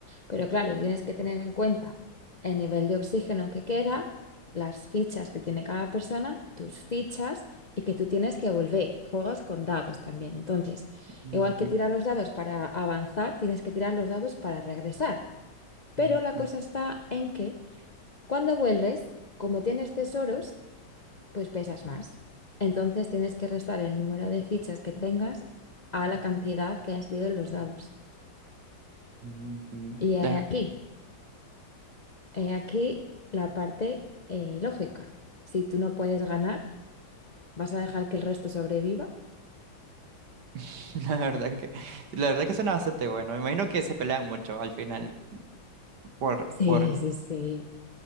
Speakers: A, on the left; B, on the right.
A: Pero claro, tienes que tener en cuenta el nivel de oxígeno que queda, las fichas que tiene cada persona, tus fichas y que tú tienes que volver. Juegas con dados también. Entonces,
B: ujú,
A: igual que tirar los dados para avanzar, tienes que tirar los dados para regresar. Pero
B: ujú,
A: la cosa está en que cuando vuelves, como tienes tesoros, pues pesas más. Entonces tienes que restar el número de fichas que tengas a la cantidad que ha salido en los dados.
B: ujú, ujú.
A: Y he
B: La,
A: aquí, he aquí la parte eh, lógica. Si tú no puedes ganar, ¿vas a dejar que el resto sobreviva?
B: <laughs> la verdad que, la verdad que suena bastante bueno. Me imagino que se pelean mucho al final por,
A: Sí,
B: por,
A: sí, sí.